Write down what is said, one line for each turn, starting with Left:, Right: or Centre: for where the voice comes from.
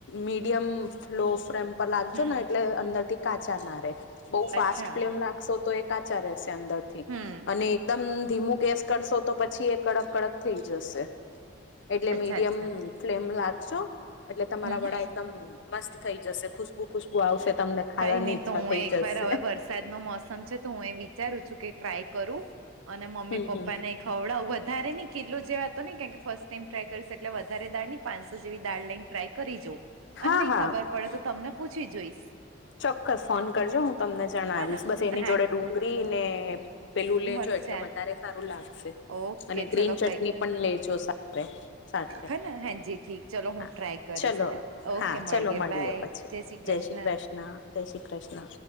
Left: મીડિયમ લો ફ્રેમ પર લાગજો
Right: હમ
Left: ને એટલે અંદરથી કાચા ના રે બઉ ફાસ્ટ
Right: અચ્છા
Left: ફ્લેમ નાખશો તો એ કાચા રહેશે અંદર
Right: હમ
Left: અને એકદમ ધીમું ગેસ કરશો તો પછી એ કડક કડક થઈ જશે. એટલે
Right: અચ્છા
Left: મીડિયમ
Right: અચ્છા
Left: ફ્લેમ લાગશો એટલે તમારા
Right: હમ
Left: વડા એકદમ મસ્ત થઈ જશે ખુશ ખુશ્બુ આવશે તમને ખાવાની
Right: કઈ નહી
Left: ઈચ્છા
Right: તો હું
Left: થઈ
Right: એક
Left: જશે
Right: વાર હવે વરસાદ નો મોસમ છે તો હું એ વિચારું છું કે ટ્રાય કરું અને મમ્મી
Left: હમ
Right: પપ્પાને
Left: હમ
Right: ખવડાવ વધારે ની કિલો જેવા તો નહી કેમ કે ફર્સ્ટ ટાઈમ ટ્રાય કરીશ એટલે વધારે દાળ ની પાંચસો જેવી દાળ લઈન ટ્રાય કરી જો
Left: હા
Right: અને નહી
Left: હા
Right: ખબર પડે તો તમને પૂછી જોઈશ.
Left: ચોક્કસ ફોન કરજો હું તમને. જણ આવીશ
Right: હે ને
Left: બસ એની
Right: હા
Left: જોડે ડુંગરી ને પેલું લેજો
Right: મરચા
Left: એટલે વધારે સારું લાગશે.
Right: ઓકે
Left: અને
Right: ચલો
Left: ગ્રીન ચટણી પણ લેજો સાથે. સાથે
Right: હેને હાજી ઠીક ચલો હું
Left: હા
Right: ટ્રાય કરીશ
Left: ચલો
Right: હેને ઓકે
Left: હા
Right: મળીયે
Left: ચલો મળીએ
Right: બાય.
Left: પછી
Right: જય શ્રી કૃષ્ણ.
Left: કૃષ્ણ જય શ્રી કૃષ્ણ.